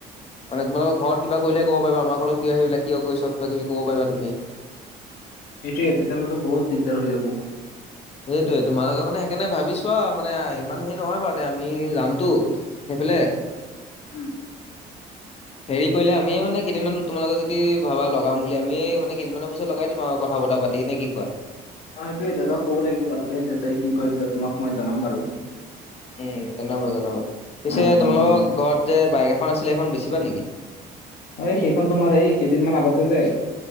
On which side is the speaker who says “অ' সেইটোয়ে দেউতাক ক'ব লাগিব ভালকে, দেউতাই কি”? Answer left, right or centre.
Left